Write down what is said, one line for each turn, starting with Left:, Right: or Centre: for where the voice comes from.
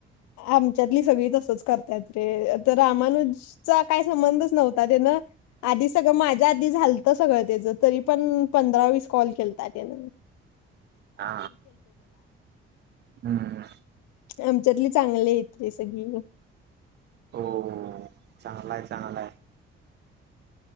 Left: आमच्यातली सगळी तसच करतायत रे आ तर रामानच काही संबंधच नव्हता त्यान आधी सगळं माझ्या आधी झालत सगळं त्याच तरी पण पंधरा वस कॉल केता त्यान
Right: हा हम्म
Left: आमच्याटली चांगले इत रे सगळी
Right: हो हो चांगला आहे चांगलंय